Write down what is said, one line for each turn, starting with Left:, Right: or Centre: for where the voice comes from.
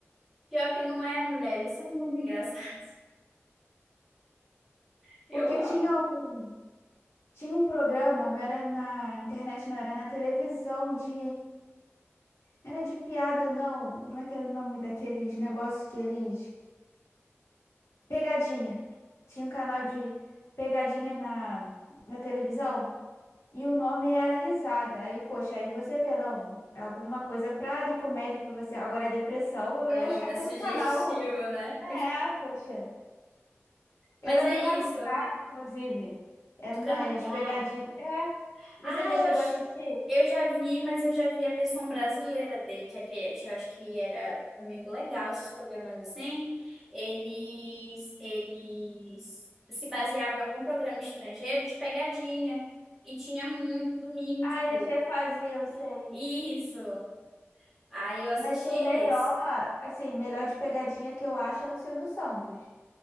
Centre: Pior que não é, mulher, eles são muito engraçados. <laughs>
Left: Porque
Centre: Eu amo.
Left: tinha um, tinha um programa, não era na internet, não, era na televisão de. Não era de piada, não. Como é que era o nome daqueles negócios que eles. Pegadinha. Tinha um canal de pegadinha na, na televisão. E o nome era Risada. Aí, poxa, aí você vê, não, é alguma coisa pra, de comédia pra você. Agora, é depressão, eu ia
Centre: O nome
Left: achar que
Centre: é sugestivo,
Left: era um canal.
Centre: né?
Left: É, poxa.
Centre: Mas
Left: Era
Centre: é
Left: do canal.
Centre: isso.
Left: Inclusive, era
Centre: Do
Left: umas
Centre: Canadá.
Left: pegadinhas. É, você
Centre: Ah,
Left: já
Centre: eu
Left: chegou
Centre: acho.
Left: a assistir?
Centre: Eu já vi, mas eu já vi a versão brasileira dele, já que eu acho que era também legal esses programas assim. Eles, eles se baseavam em algum programa estrangeiro de pegadinha. E tinha muito domingo,
Left: Ah,
Centre: tipo,
Left: eles refaziam, sei.
Centre: isso. Aí eu assisti
Left: Mas o
Centre: esse.
Left: melhor, assim, melhor de pegadinha que eu acho é o Silvio Santos.